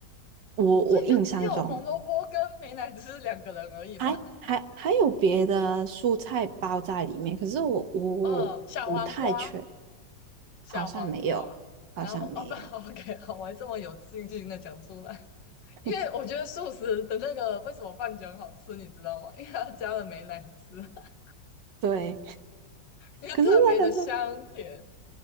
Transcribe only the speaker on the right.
我我印象中
还还还有别的蔬菜包在里面，可是我我我不太确，
好像没有，好像没有。
<laughs>
对，
可是那个是。